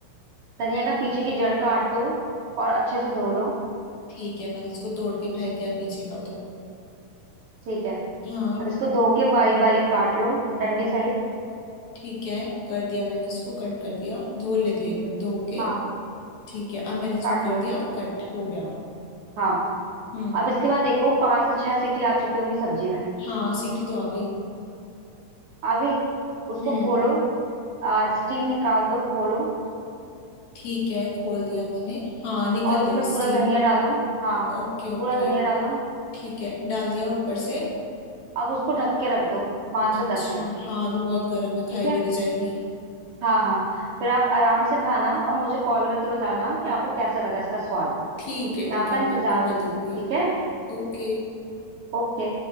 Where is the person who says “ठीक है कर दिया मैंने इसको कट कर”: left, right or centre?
Left